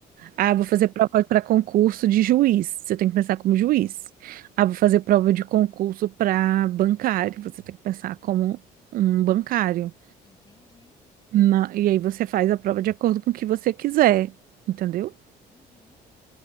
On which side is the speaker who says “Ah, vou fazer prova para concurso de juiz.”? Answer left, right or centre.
Right